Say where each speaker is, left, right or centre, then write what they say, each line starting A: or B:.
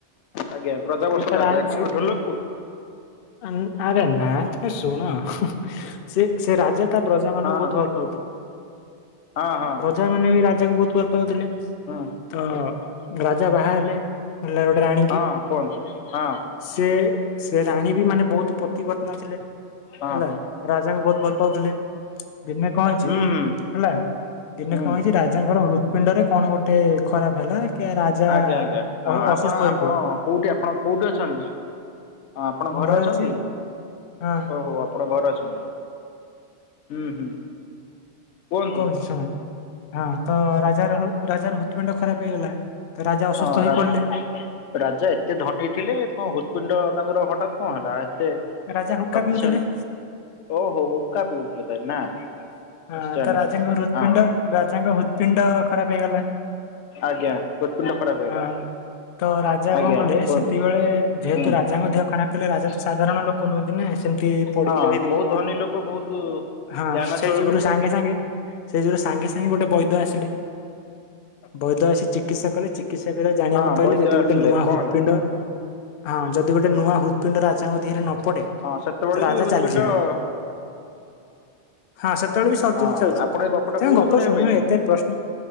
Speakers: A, on the left; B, on the left.
A: ଆଜ୍ଞା ପ୍ରଜାବସଲା
B: ସେ ତା ରାଣୀ
A: ଯାଏ
B: ସେ
A: କଣ ଠୋଲପୁର
B: ଆନ୍- ଆରେ ନା ତମେ ଶୁଣ ସେ ସେ ରାଜା ତା ପ୍ରଜା ମାନଙ୍କୁ
A: ହଁ
B: ବହୁତ ଭଲ ପାଉଥିଲେ।
A: ହଁ ହଁ
B: ପ୍ରଜା ମାନେ ବି ରାଜାକୁ ବହୁତ ଭଲ ପାଉଥିଲେ
A: ହୁଁ
B: ତ ରାଜା ବାହା ହେଲେ। ମଲ ଗୋଟେ ରାଣୀ
A: ହଁ
B: କି
A: କୁହନ୍ତୁ ହଁ
B: ସେ ସେ ରାଣୀ ବି ମାନେ ବହୁତ ପତିପତ୍ନଥିଲେ ହେଲା
A: ହଁ
B: ରାଜାଙ୍କୁ ବହୁତ ଭଲ ପାଉଥିଲେ। ଦିନେ କଣ ହେଇଛି
A: ହୁଁ ହୁଁ
B: ହେଲା ଦିନେ
A: ହୁଁ
B: କଣ ହେଇଛି ରାଜାଙ୍କର ହୃତୁ ପିଣ୍ଡରେ କଣ ଗୋଟେ ଖରାପ ହେଲା। କି ରାଜା
A: ଆଜ୍ଞା ଆଜ୍ଞାଁ
B: ଅ
A: ଆପଣ
B: ଅସୁସ୍ଥ ହୋଇ
A: ଆପଣ
B: ପଡିଲେ
A: କୋଉଠି ଆପଣ କୋଉଠି ଅଛନ୍ତି? ଆପଣ
B: ମୁଁ
A: ଘରେ ଅଛନ୍ତି
B: ଅଛି ହଁ
A: ଓହୋ ଆପଣ ଘରେ ଅଛନ୍ତି। ହୁଁ ହୁଁ। କୁହନ୍ତୁ।
B: କହୁଛି ଶୁଣ ହଁ ତ ରାଜାର ରାଜାର ହୃ ହୃତ୍ପିଣ୍ଡ ଖରାପ ହେଇଗଲା। ତ ରାଜା ଅସୁସ୍ଥ
A: ହଁ
B: ହେଇ
A: ରାଜା
B: ପଡିଲେ
A: ରାଜା ଏତେ ଧନୀ ଥିଲେ ତମ ହୃଦପିଣ୍ଡ ତାଙ୍କର ହଠାତ୍ କଣ ହେଲା ଏତେ
B: ରାଜା ହୁକା
A: ଶକ୍ତିଶାଳୀ
B: ବିଉ ଥିଲେ।
A: ଓହୋ ହୁକ୍କା ପିଉଥିଲଥିଲା ତା ନା।
B: ଆଁ,
A: ନିଶ୍ଚୟ
B: ତ
A: ନିଶ୍ଚୟ
B: ରାଜାଙ୍କ ହୃତ୍ପିଣ୍ଡ
A: ହଁ।
B: ରାଜାଙ୍କ ହୃତ୍ପିଣ୍ଡ ଖରାପ ହେଇଗଲା
A: ଆଜ୍ଞା ହୃତ୍ପିଣ୍ଡ ଖରାପ ହେଇଗଲା।
B: ହଁ ତ ରାଜା
A: ଆଜ୍ଞା
B: କଣ କଲେ
A: କୁହନ୍ତୁ
B: ସେତେବେଳେ ଯେହେତୁ
A: ହୁଁ।
B: ରାଜାଙ୍କ ଦେହ ଖରାପ ଥିଲା ରାଜା ତ ସାଧାରଣ ଲୋକ ତି ନା ସେମିତି ପଡିକି
A: ହଁ
B: ରହିବେ
A: ବହୁତ
B: କି କଣ
A: ଧନୀ ଲୋକ ବହୁତ
B: ହଁ
A: ଜ୍ଞାନଶୀଳ
B: ସେଇ ଯୀିଗୁରୁ
A: ଲୋକ।
B: ସାଙ୍ଗେ ସାଙ୍ଗେ ସେ ଯୁଗରୁ ସାଙ୍ଗେ ସାଙ୍ଗେ ଗୋଟେ ବୈଦ ଆସିଲେ ବୈଦ ଆସି ଚିକିତ୍ସା କଲେ। ଚିକିତ୍ସା କରି ଜାଣିବାକୁ
A: ହଁ
B: ପାଇଲେ
A: ବୈଦ୍ୟ
B: ଯଦି ଗୋଟେ
A: ଆସିଲେ
B: ନୂଆ
A: କଣ
B: ହୃତ୍ପିଣ୍ଡ
A: ହେଲା
B: ହଁ ଯଦି ଗୋଟେ ନୂଆ ହୃତ୍ପିଣ୍ଡ ରାଜାଙ୍କ ଧିହରେ ନ ପଡେ
A: ହଁ ସେତେବେଳେ
B: ତ ରାଜା
A: ବି ହୃତ୍ପିଣ୍ଡ
B: ଚାଲିଯିବେ।
A: ହଁ
B: ହଁ ସେତେବେଳେ ବି ସର୍ଜରୀ
A: ହଁ
B: ଚାଲିଥିଲା
A: ଆପଣ ଏ ଗପଟା
B: ତ
A: କୋଉଠୁ
B: ଗପ
A: ଶୁଣିବାକୁ
B: ଶୁଣୁନ
A: ପାଇଛନ୍ତି?
B: ଏତେ ପ୍ରଶ୍ନ